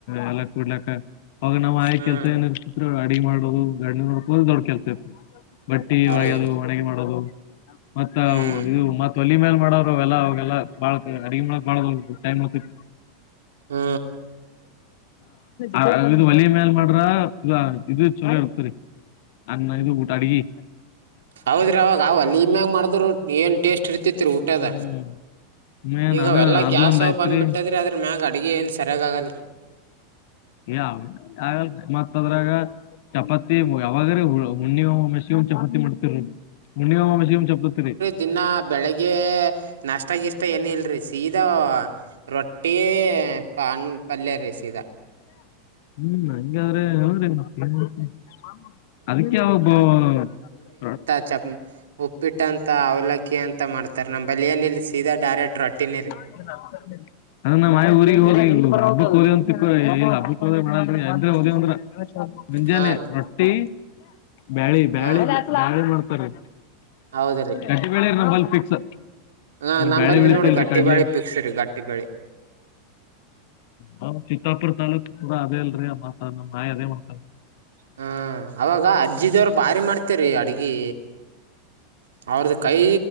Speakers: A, on the left; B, on the right.
A: ಎಲ್ಲಾ ಕೊಡ್ಲಕ್ಕ ಅವಾಗ ನಾವ್ ಆಯ
B: ಹ್ಮ್
A: ಕೆಲ್ಸ ಏನ ಇರ್ತಿದರು ಅಡಗೆ ಮಾಡೋದು ಗಂಡನ್ ನೋಡ್ಕೊಳ್ಳೋದು ದೊಡ್ ಕೆಲ್ಸ ಇರ್ತಿ ಬಟ್ಟಿ
B: ಹೌದ್ರಿ
A: ವಗ್ಯದು ಒಣಗ ಮಾಡೋದು ಮತ್ತ
B: ಹ್ಮ್
A: ಇದು ಮತ್ ವಲಿ ಮೇಲ್ ಮಾಡೊರು ಅವೆಲ್ಲ ಅವಾಗೆಲ್ಲಾ ಬಾಳ್ ಅಡಗಿ ಮಾಡಕ್ಕ ಬಾಳ ಟೈಮ್ ಹೋಗ್ತಿತ್ತು
B: ಹ್ಮ
A: ಹ ಇದು ಒಲೆ ಮ್ಯಲ್ ಮಾಡ್ರ ಇ ಇದು ಚಲೋ ಇರ್ತರಿ ಅ ಅನ್ನ ಊಟಾ ಅಡಿಗೆ
B: ಹೌದ್ರಿ ಅವಾಗ ವಲ್ಲಿ ಮ್ಯಾಗ ಮಾಡಿದ್ ರೊಟ್ಟಿ ಏನ್ ಟೇಸ್ಟ್ ಇರ್ತಿತ್ತು ಊಟದ
A: ಹ್ಮ್ ಮೇನ್
B: ಈಗವೆಲ್ಲಾ
A: ಅದ ಅದು
B: ಗ್ಯಾಸವ್
A: ಒಂದ್ ಐತ್ರಿ
B: ಬಂದ್ ಬಿಟ್ಟದ್ರೆ ಅದ ಮ್ಯಾಗ ಅಡಗೆ ಏನ್ ಸರಿಯಾಗ ಆಗಲ್ ರಿ
A: ಯಾವ ಅಗಲ್ರಿ ಮತ್ತದ್ರಾಗ ಚಪಾತಿ ಯಾವಾಗ್ರ ಹ ಹುಣ್ಣಿಮೆಗೊಮ್ಮೆ ಅಮವಾಸೆಗೊಮ್ಮೆ ಚಪಾತಿ ಮಾಡ್ತೀವ್ರಿ ಹುಣ್ಣಿಮೆಗೊಮ್ಮೆ ಅಮಾವಾಸ್ಯೆಗೊಮ್ಮೆ ಚಪಾತಿ ರೀ
B: ದಿನ ಬೆಳಗ್ಗೆ ನಾಷ್ಟ ಗಿಷ್ಟ ಏನ ಇಲ್ರಿ ಸೀದಾ ರೊಟ್ಟಿ ಪನ್ ಪಲ್ಯ ರಿ ಸೀದಾ
A: ಹ್ಮ್ ಹಂಗಾದ್ರೆ <inaudible> ಅದಕ್ಕೆ ಅವಗ್ದು <unintelligible>
B: ಚ ಉಪ್ಪಿಟ್ಟಂತ ಅವ್ಲಕ್ಕಿ ಅಂತ ಮಾಡ್ತಾರ ನಂಬಲಿ ಬಳ ಏನ ಇಲ್ಲ ಸೀದಾ ಡೈರೆಕ್ಟ್ ರೊಟ್ಟಿನರಿ
A: <inaudible> ಅದನ್ನ ನಮ್ಮ ಮಾಯಿ ಊರಿಗೆಗ್ ಹೋಗಿ ಹಬ್ಬಕ್ ಹೋದೆವ ಅಂತ ತಿ ಏ ಹಬ್ಬೋದೆ ಮಾಡ್ರೆ ಹಂದ <unintelligible> ಮುಂಜಾನೆ
B: ಹಾ ರೀ
A: ರೊಟ್ಟಿ ಬಳಿ ಬ್ಯಾಳಿ
B: ಹಾ
A: ಮಾಡ್ತಾರೆ.
B: ಹೌದ್ರೀ
A: ಕಟಿ ಬ್ಯಾಳೆ ರಿ ನಮ್ಮಲ್ಲಿ ಫಿಕ್ಸ್.
B: ಹ ನಂಬಲ್ಲಿ
A: ಬ್ಯಾಳೆ ಬೆಳಿತಿಲ್ರಿ
B: ನೋಡಿ ಗಟ್ಟಿ
A: ಕಡ್ಲಿ
B: ಬಾಳಿ ಪಿಕ್ಸ್ ರೀ ಗಟ್ಟಿ ಬಾಳಿ.
A: ಹ್ಮ್ ಚಿತ್ತಾಪುರ್ ತಾಲ್ಲೂಕ್ ಕೂಡ ಅದೇ ಅಲ್ರಿ ಮಾತ ನಮ್ಮ್ ನಾಯಿ ಅದೇ ಮಾಡ್ತಾರೆ.
B: ಹ್ಮ ಅವಾಗ ಅಜ್ಜಿದವ್ರು ಭಾರಿ ಮಾಡ್ತ. ರಿ ಅಡ್ಗಿ ಅವ್ರ್ದ ಕೈ.